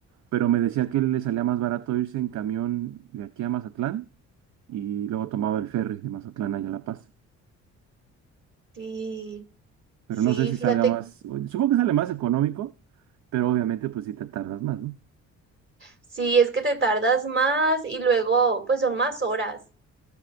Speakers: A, on the right; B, on the right.
A: pero me decía que le salía más barato irse en camión de aquí a Mazatlán y luego tomaba el ferry de Mazatlán allá a La Paz.
B: Sí,
A: Pero
B: sí,
A: no sé si
B: fíjate.
A: salga más, supongo que sale más económico, pero obviamente pues si te tardas más, ¿no?
B: Sí, es que te tardas más y luego, pues son más horas.